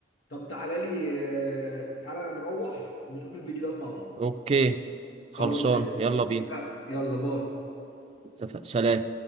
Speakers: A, on the left (about 85°); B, on the right (about 35°).
A: طب تعالى لي آه، تعالى نروح نشوف الفيديو دوت مع بعض
B: اوكي خلصان
A: خلاص
B: يلا بينا
A: اتفقنا يلا باي
B: اتفق سلام